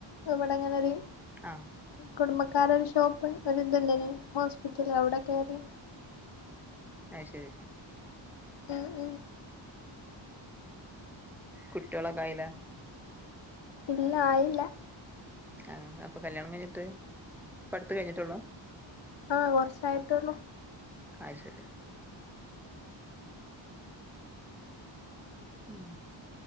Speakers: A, on the left; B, in the centre.
A: അവിടെങ്ങനെരു
B: ആഹ
A: കുടുംബക്കാരരു ഷോപ്ൺ ഒര്ന്ത്ണ്ടിനി ഹോസ്പിറ്റല് അവിടെ കേറി
B: ആയ് ശരി
A: ഉംഉം
B: കുട്യോളക്കായില
A: ഇല്ല ആയില്ല
B: ആ അപ്പ കല്യാണം കഴിഞ്ഞിട്ട് അടുത്ത കഴിഞ്ഞിട്ടുള്ളൂ
A: ആഹ കൊറച്ചായിട്ടള്ളൂ
B: അ ശരി ശരി ഉം